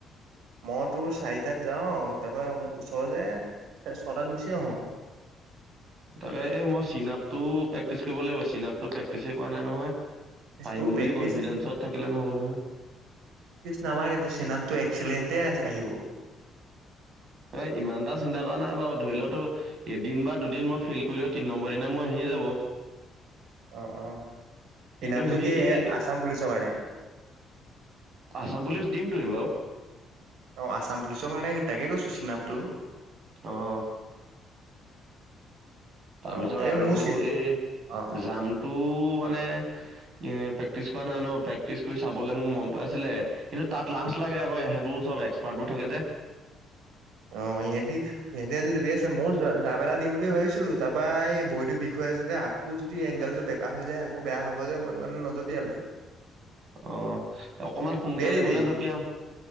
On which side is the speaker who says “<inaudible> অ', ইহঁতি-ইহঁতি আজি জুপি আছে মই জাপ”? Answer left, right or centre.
Right